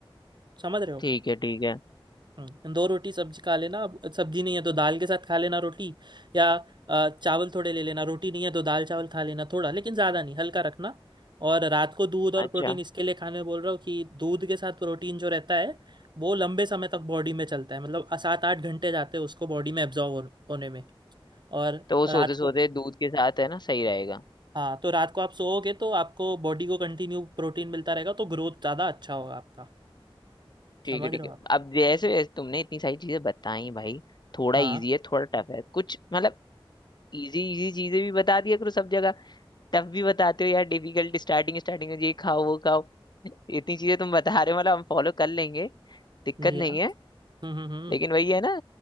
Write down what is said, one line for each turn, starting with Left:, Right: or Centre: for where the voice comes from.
Right: समझ रहे हो
Left: ठीक है ठीक है
Right: हम्म, दो रोटी सब्जी खा लेना अब सब्जी नहीं है तो दाल के साथ खा लेना रोटी या अ, चावल थोड़े ले लेना रोटी नहीं है तो दाल चावल खा लेना थोड़ा लेकिन ज़्यादा नहीं हल्का रखना और रात को दूध और
Left: अच्छा
Right: प्रोटीन इसके लिए खाने बोल रहा हूँ कि दूध के साथ प्रोटीन जो रहता है वो लंबे समय तक बॉडी में चलता है मतलब अ, सात आठ घंटे जाते हैं उसको बॉडी में एब्जॉर्व हो, होने में और
Left: तो वो
Right: रात
Left: सोते
Right: को
Left: सोते दूध के साथ है ना सही रहेगा
Right: हाँ तो रात को आप सोओगे तो आपको बॉडी को कंटिन्यू प्रोटीन मिलता रहेगा तो ग्रोथ ज़्यादा अच्छा होगा आपका
Left: ठीक
Right: समझ
Left: है ठीक
Right: रहे
Left: है
Right: हो आप
Left: अब जैसे जैसे तुमने इतनी सारी चीजें बताई भाई थोड़ा
Right: हाँ
Left: इजी है थोड़ा टफ है कुछ मतलब इजी इजी चीजें भी बता दिया करो सब जगह टफ भी बताते हो यार डिफिकल्ट स्टार्टिंग स्टार्टिंग में ये खाओ वो खाओ इतनी चीजें तुम बता रहे हो मतलब हम फॉलो कर लेंगे दिक्कत
Right: जी
Left: नहीं
Right: हाँ
Left: है
Right: हम्म हम्म हम्म
Left: लेकिन वही है ना